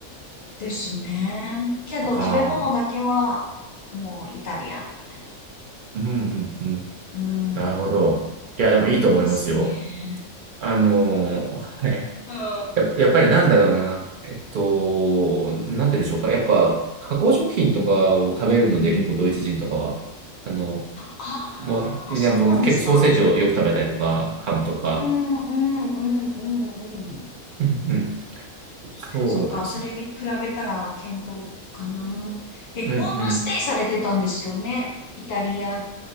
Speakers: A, on the left (about 50°); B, on the right (about 80°).
A: ですね。けど食べ物だけはもうイタリアンみたいな。
B: ああ、うんうんうん。
A: うん、
B: なるほど。いや、でもいいと思いますよ。
A: ですね。
B: あのーはい
A: うん。
B: や、やっぱりなんだろうな。えっと、なんて言うんでしょうか。やっぱ、加工食品とかを食べるので、
A: うん、うん。
B: 結構ドイツ人とかは。あの、
A: ああ、
B: もう、いや、
A: そうなんですか。
B: もう結構ソーセージをよく食べたりとか、ハムとか。
A: うん、うん、うん、うん、うん。
B: うんうん。そうなんですよ。
A: そっか、それに比べたら健康かな。え、
B: うんうん。
A: ホームステイされてたんですよね。イタリア